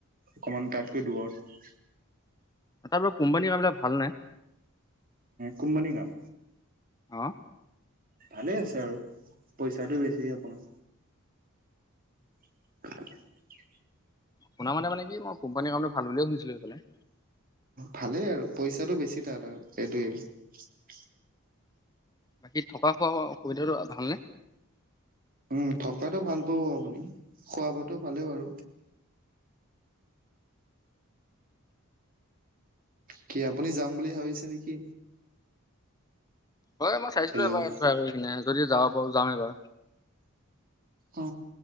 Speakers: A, on the right; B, on the left.
A: অকমান তাতকৈ দৰত,
B: তাৰ পৰা কোম্পানীৰ কামবিলাক ভাল নাই,
A: কোম্পানী কাম,
B: অ।
A: ভালে আছে আৰু পইচাটো বেছি আপোনাৰ। <inaudible>
B: শুনা মানে কি মই কোম্পানী কামটো ভাল বুলিয়ে শুনিছোঁ। পে <inaudible>
A: ভালেই আৰু পইচাটো বেছি তাত আৰু সেইটোৱে,
B: বাকী থকা খোৱা অসুবিধাটো ভালনে?
A: উম থকাতটো ভাল পাব আপুনি খোৱা বোৱাতো ভালেই বাৰু, কি আপুনি যাম বুলি ভাবিছে নেকি?
B: হয় মই চাইছিলো
A: হেল্ল'
B: এবাৰ ট্ৰী কৰি কিনে যদি যাওঁ। ব যাম এবাৰ।
A: অ